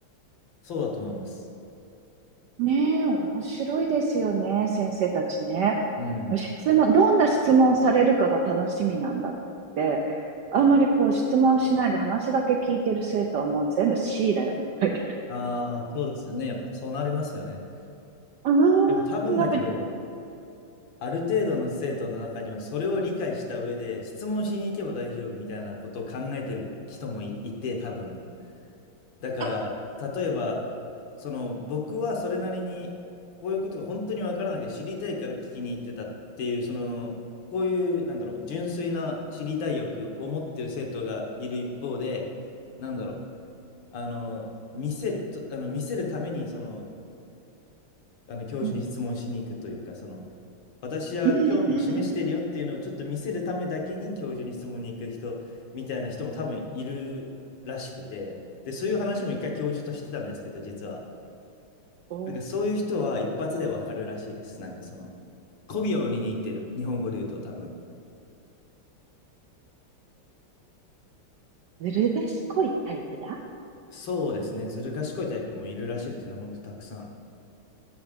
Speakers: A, on the left (about 65°); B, on the right (about 75°).
A: そうだと思います。
B: ねえ、面白いですよね、先生たちね。
A: うん。
B: 質問、どんな質問されるかが楽しみなんだって、あんまりこう質問しないで話だけ聞いてる生徒はもう全部 C だよみたい
A: ああ、そうですよね。やっぱそうなりますよね。
B: な。う
A: でも多分だけど、
B: ーん、なんか、
A: ある程度の生徒の中にはそれを理解した上で質問しに行けば大丈夫みたいなことを考えてる人もい、いて多分。だから、
B: あ、
A: 例えば、その僕はそれなりにこういうことが本当にわからなくて知りたいから聞きに行ってたっていう、その、こういう、なんだろう、純粋な知りたい欲を持ってる生徒がいる一方で、なんだろう、あの、見せる、とあの、見せるために、その、あの教授に質問しに行くというか、
B: うん、
A: その、私は興味を示してるよっていうのをちょっと見せるためだけに教授に質問に行く人みたいな人も多分いるらしくて、
B: うん、うん、うんうんうん。
A: で、そういう話も一回教授としてたんですけど、実は。
B: お
A: なんかそういう人は一発でわかるらしいです。なんかその、媚びを売りに行ってる。日本語で言うと多分。
B: ずる賢いタイプだ。
A: そうですね。ずる賢いタイプもいるらしいですね。ほんとたくさん。